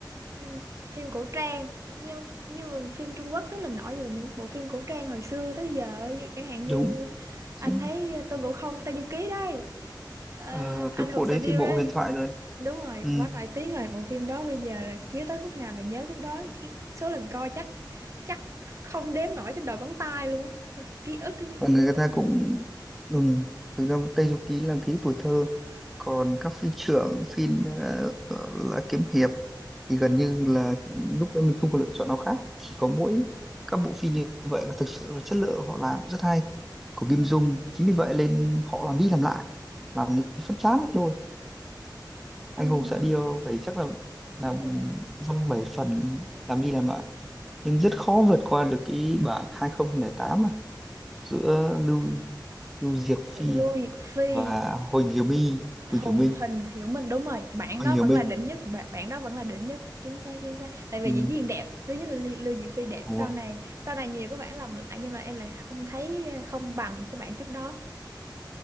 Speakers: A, on the right; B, in the centre.
A: ừm, phim cổ trang nhưng nhưng mà phim Trung Quốc rất là nổi về những bộ phim cổ trang hồi xưa tới giờ, Ví dụ chẳng hạn
B: đúng
A: như
B: Chính-
A: anh thấy Tôn Ngộ Không Tây Du Ký đây, Ờ,
B: ờ,
A: anh
B: cái
A: Hùng
B: bộ đấy
A: Xạ Điêu
B: thì bộ
A: đây.
B: huyền thoại rồi
A: Đúng rồi,
B: ừ.
A: quá nổi tiếng rồi, bộ phim đó bây giờ là chiếu tới khúc nào là nhớ khúc đó, cái số lần coi chắc chắc không đếm nổi trên đầu ngón tay luôn ấy. Thôi, Ký ức
B: và
A: của
B: người
A: biết bao
B: ta
A: nhiêu.
B: cũng đúng thực ra Tây Du Ký là ký tuổi thơ còn các phi trưởng phi ờ, là kiếm hiệp thì gần như là lúc đấy mình không có lựa chọn nào khác chỉ có mỗi các bộ phim như vậy và thực sự là chất lượng họ làm rất hay của
A: Dạ
B: Kim Dung chính vì vậy nên họ làm đi làm lại làm
A: đúng
B: đến
A: rồi.
B: phát chán ấy thôi
A: Không
B: anh Hùng
A: nhưng mà
B: sẽ điêu phải chắc là làm
A: đúng rồi.
B: dăm bảy phần làm đi làm lại nhưng
A: Dạ.
B: rất khó vượt qua được cái bản 2008 giữa Lưu Lưu Diệc Phi
A: Lưu Diệc Phi,
B: và Huỳnh Hiểu My Huỳnh
A: Hùng
B: Hiểu Minh
A: Hình, Hiểu Minh đúng rồi, bạn
B: Huỳnh
A: đó
B: Hiểu
A: vẫn
B: Minh
A: là đỉnh nhất, bạn bạn đó vẫn là đỉnh nhất, chính xác chính xác. Tại vì
B: ừ,
A: diễn viên đẹp, thứ nhất là Lưu Lưu Diệc Phi đẹp,
B: đúng
A: sau
B: rồi
A: này sau này nhiều các bạn làm lại nhưng mà em lại không thấy ờ, không bằng những các bạn trước đó.